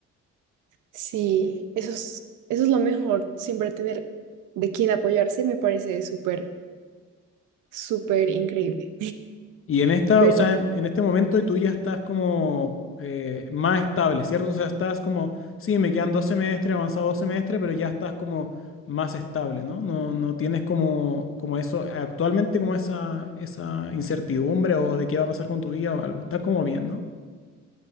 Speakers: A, on the right; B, on the left.
A: sí, eso es, eso es lo mejor, siempre tener de quién apoyarse me parece súper, súper increíble.
B: Y en esta,
A: pero
B: o sea, en, en este momento tú ya estás como eh, más estable, ¿cierto? O sea, estás como, sí, me quedan dos semestres, avanzado dos semestres, pero ya estás como más estable, ¿no? No, no tienes como, como eso, actualmente como esa, esa incertidumbre o de qué va a pasar con tu vida o algo. Estás como bien, ¿no?